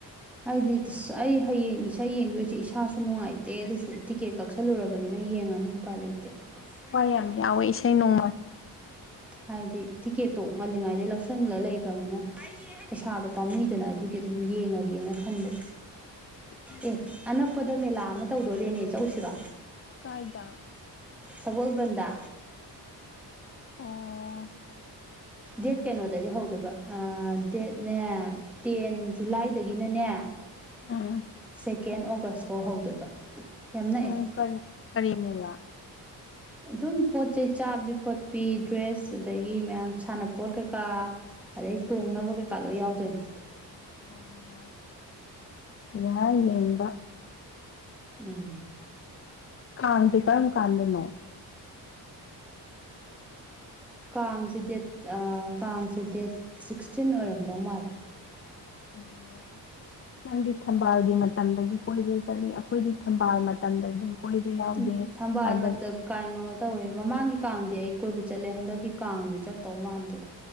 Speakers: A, in the centre; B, on the left.
A: ꯑꯩꯗꯤ ꯑꯩ ꯍꯌꯦꯡ ꯏꯁꯩ ꯌꯦꯡꯗꯣꯏꯁꯦ ꯏꯁꯥꯁꯨ ꯅꯨꯡꯉꯥꯏꯇꯦ ꯑꯗꯨꯁꯨ ꯇꯤꯀꯦꯠ ꯀꯛꯁꯜꯂꯨꯔꯕꯅꯤꯅ ꯌꯦꯡꯉꯅꯤ ꯎꯄꯥꯏ ꯂꯩꯇꯦ ꯑꯣꯐꯔ
B: ꯊꯋꯥꯏ ꯌꯥꯝ ꯌꯥꯎꯋꯦ ꯏꯁꯩ ꯅꯣꯡꯃ
A: ꯍꯥꯏꯗꯤ ꯇꯤꯛꯀꯦꯠꯇꯣ ꯉꯜꯂꯤꯉꯩꯗꯒꯤꯩ ꯂꯧꯁꯤꯟꯂ ꯂꯩꯈ꯭ꯔꯕꯅꯤꯅ ꯄꯩꯁꯥꯗꯣ ꯄꯥꯝꯃꯨꯏꯗꯅ ꯑꯗꯨꯒꯤ ꯑꯗꯨꯝ ꯌꯦꯡꯉꯒꯦꯅ ꯈꯟꯕ
B: ꯎꯝ
A: ꯑꯦ ꯑꯅꯛꯄꯗ ꯃꯦꯂꯥ ꯑꯃ ꯇꯧꯗꯣꯔꯦꯅꯦ ꯆꯆꯧꯁꯤꯔꯣ
B: ꯀꯥꯏꯗ
A: ꯁꯒꯣꯜꯕꯟꯗ
B: ꯑꯣ
A: ꯗꯦꯠ ꯀꯩꯅꯣꯗꯒꯤ ꯍꯧꯗꯣꯏꯕ ꯗꯦꯠꯅꯦ ꯇꯦꯟ
B: ꯎꯝ
A: ꯖꯨꯂꯥꯏꯗꯒꯤꯅꯅꯦ
B: ꯎꯝ
A: ꯁꯦꯀꯦꯟ ꯑꯣꯒꯁ ꯐꯥꯎ ꯍꯧꯗꯣꯏꯕ ꯌꯥꯝ ꯅꯛꯑꯦ
B: ꯎꯝ ꯀꯔꯤ ꯀꯔꯤꯃꯦꯂꯥ
A: ꯑꯗꯨꯝ ꯄꯣꯠ ꯆꯩꯩ ꯆꯥꯕꯤ ꯈꯣꯠꯄꯤ ꯗ꯭ꯔꯦꯁ ꯑꯗꯨꯗꯒꯤ ꯃꯌꯥꯝ ꯁꯥꯟꯅꯄꯣꯠ ꯀꯩꯀꯥ ꯑꯗꯩ ꯑꯩ ꯇꯣꯡꯅꯕ ꯀꯩꯀꯥ ꯂꯣꯏ ꯌꯥꯎꯗꯣꯏꯅꯦ
B: ꯑꯣ ꯌꯥꯏ ꯌꯦꯕ
A: ꯎꯝ
B: ꯀꯥꯟꯖ ꯀꯔꯝ ꯀꯥꯟꯗꯅꯣ
A: ꯀꯥꯡꯁꯦ ꯗꯦꯠ ꯀꯥꯡꯁꯦ ꯗꯦꯠ ꯁꯤꯛꯁꯇꯤꯟ ꯑꯣꯏꯔꯝꯗꯧ ꯃꯥꯜꯂꯦ
B: ꯑꯣꯃꯁ ꯅꯪꯗꯤ ꯊꯝꯕꯥꯜꯒꯤ ꯃꯇꯝꯗꯁꯨ ꯀꯣꯏꯕ꯭ꯔ ꯆꯠꯂꯤ ꯑꯩꯈꯣꯏꯗꯤ ꯊꯝꯕꯥꯜ ꯃꯇꯝꯗꯁꯨ ꯀꯣꯏꯕ ꯌꯥꯎꯗꯦ
A: ꯎ ꯊꯝꯕꯥꯜ
B: ꯑꯗ
A: ꯃ ꯀꯥꯏꯅꯣ ꯇꯧꯋꯦ ꯃꯃꯥꯡꯒꯤ ꯀꯥꯡꯗꯤ ꯑꯩ ꯀꯣꯏꯕ ꯆꯠꯂꯦ ꯍꯟꯗꯛꯀꯤ ꯀꯥꯡꯗꯤ ꯆꯠꯇꯧ ꯃꯥꯟꯗꯦꯗ